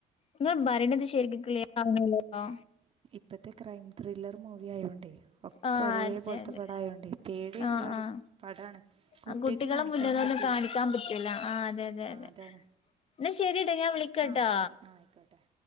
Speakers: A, on the left; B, on the right.
A: ങ്ങള് ബറിണ്ണത് ശരിക്ക് ക്ലിയറാവ്ണില്ലല്ലോ
B: ഇപ്പത്തെ ക്രൈം ത്രില്ലർ മൂവി ആയോണ്ടേ ഒക്കെ
A: ആഹ്
B: ഒരേ
A: അതെ
B: പോലത്തെ
A: അതെ
B: പടായൊണ്ട് പേടി
A: ആഹ്
B: ള്ള ഒരു
A: ആഹ്
B: പടാണ് കുട്ട്യാക്ക്
A: ആ കുട്ടികളെ
B: കാണിക്കാനും
A: മുന്നിലൊന്നും
B: പറ്റ്
A: കാണിക്കാൻ പറ്റൂല ആ അതെ തെ തെ
B: അതാണ്
A: ന്നാ ശെരിട്ട ഞാൻ വിളിക്കട്ടൊ
B: ആ ശരി ആ ആയിക്കോട്ടെ